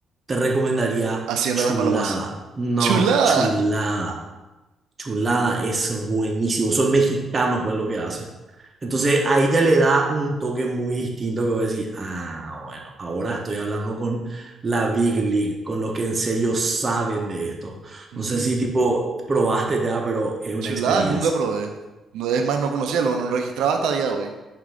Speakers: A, on the right; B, on the right.
A: te recomendaría
B: Hacienda
A: chulada.
B: Las Palomas.
A: No,
B: ¡Chulada!
A: chulada.
B: <laughs>
A: Chulada es buenísimo. Son mexicanos, pues, lo que hacen. Entonces, ahí ya le da un toque muy distinto que voy a decir, ah, bueno, ahora estoy hablando con la Big League, con los que en serio saben de esto.
B: Ujú.
A: No sé si, tipo, probaste ya, pero es una
B: Chulada
A: experiencia.
B: nunca probé. No- Es más, no conocía, lo no registraba hasta día de hoy.